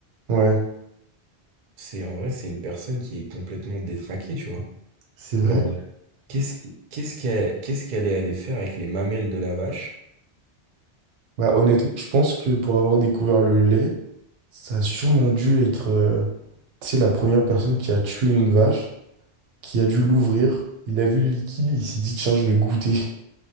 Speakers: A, on the right; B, on the right.
A: Ouais,
B: c'est en vrai, c'est une personne qui est complètement détraquée, tu vois.
A: c'est vrai.
B: Genre, qu'est-ce qui- qu'est-ce qu'elle, qu'est-ce qu'elle est allée faire avec les mamelles de la vache
A: Bah, honnêtement,
B: pour...
A: je pense que pour avoir découvert le lait, ça a sûrement dû être euh, tu sais, la première personne qui a tué une vache, qui a dû l'ouvrir. Il a vu le liquide, il s'est dit, tiens, je vais goûter.